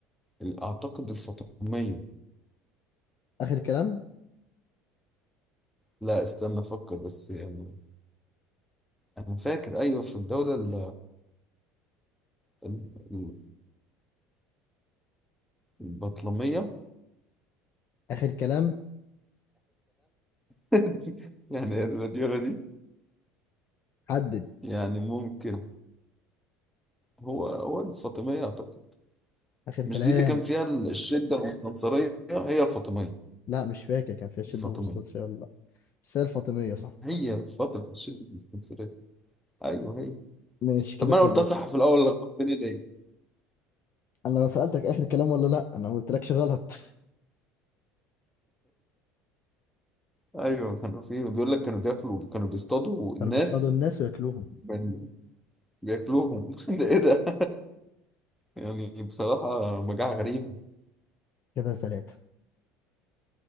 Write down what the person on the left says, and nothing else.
اخر كلام
اخر كلام
حدد
اخر كلام
لا مش فاكر كان فيها شدة
مستنصرة ولا لا بس هي الفاطمية صح
ماشي كده
تلات
انا لو سألتك اخر كلام ولا لا انا ما قلتلكش غلط
<laughs>
كانوا بيصطادوا الناس وياكلوهم
كده تلاتة